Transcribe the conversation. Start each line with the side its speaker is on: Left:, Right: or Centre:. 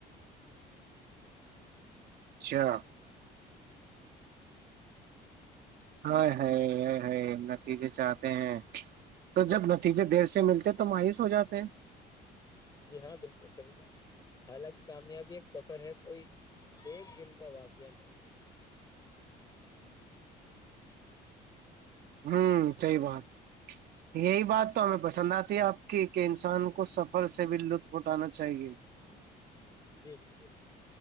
Right: اچھا <unintelligible> ہ ہ نتیجے چاہتے ہیں <unintelligible> تو جب ن <unintelligible> ٹھیک ہے دیر سے ملتے تو مایوس ہو جاتے ہیں
Left: جی ہاں بالکل صحیح کا حالانکہ کامیابی ایک سفر ہے کوئی ایک دن کا واقعہ نہیں
Right: ہوں صی بات یہی بات تو ہمیں پسند آتی ہے آپ کہ کہ انسان کو <unintelligible> کو سفر سے بھی لطف اٹھانا چاہیے
Left: جی بالکل